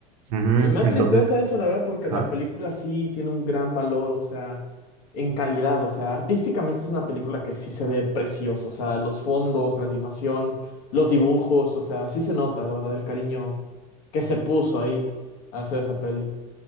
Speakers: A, on the right (about 75°); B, on the left (about 70°).
A: Ujú,
B: Y me
A: Entonces,
B: da tristeza eso, la verdad, porque
A: Ajá,
B: la película sí tiene un gran valor, o sea, en calidad, o sea, artísticamente es una película que sí se ve preciosa, o sea, los fondos, la animación, los dibujos, o sea, sí se nota, la verdad, el cariño que se puso ahí a hacer esa peli.